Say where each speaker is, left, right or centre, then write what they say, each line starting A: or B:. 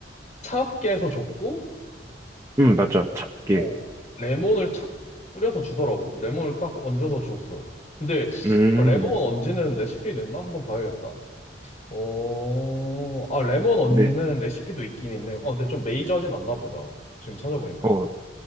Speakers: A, on the left; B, on the right.
A: 차갑게 해서 줬고
B: 음, 맞아. 작게.
A: 어 레몬을 착 뿌려서 주더라고 레몬을 딱 얹어서 줬어 근데
B: 음,
A: 어, 레몬 얹는 레시피 있나? 한번 봐야겠다 어... 아 레몬 얹는
B: 네.
A: 레시피도 있긴 있네요 어 근데 좀 메이저하진 않나 보다 지금 찾아보니까
B: 어,